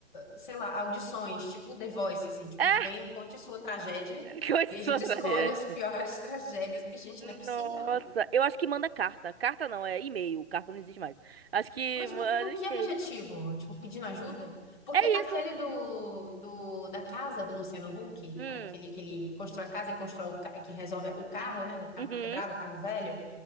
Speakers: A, on the left (about 40°); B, on the right (about 55°).
A: sei lá, audições, tipo The Voice, assim, tipo,
B: <laughs>
A: venha, conte sua tragédia
B: Coisa
A: e a gente
B: sua tragédia.
A: <laughs> escolhe as piores <laughs> tragédias, porque, gente, não é possível.
B: Nossa, eu acho que manda carta. Carta não, é e-mail. Carta não existe mais. Acho que
A: Mas,
B: manda
A: tipo, com que
B: e-mail.
A: objetivo? Tipo, pedindo ajuda? Porque
B: É
A: aquele
B: isso.
A: do, do da casa do Luciano Huck,
B: Hum.
A: aquele que ele constrói a casa e constrói o, ca- que resolve o carro, né? O carro
B: Uhum.
A: quebrado, o carro velho.